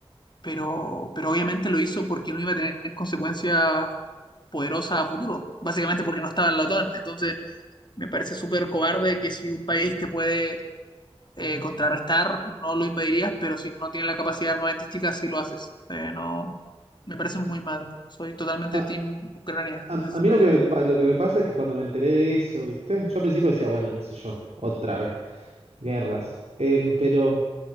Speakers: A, on the left; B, on the right.
A: pero, pero obviamente lo hizo porque no iba a tener consecuencias poderosas a futuro, básicamente porque no estaba en la OTAN. Entonces, me parece súper cobarde que si un país te puede eh, contrarrestar, no lo invadirías, pero si no tiene la capacidad armamentística, sí lo haces. Eh, no, me parece muy mal. Soy totalmente
B: A,
A: team Ucrania
B: a-
A: en ese
B: a
A: sentido.
B: mí lo que, me, pa- lo que me pasa es que cuando me enteré de eso, ¿viste? Yo al principio decía, bueno, qué sé yo, otra vez. Guerras. Em, pero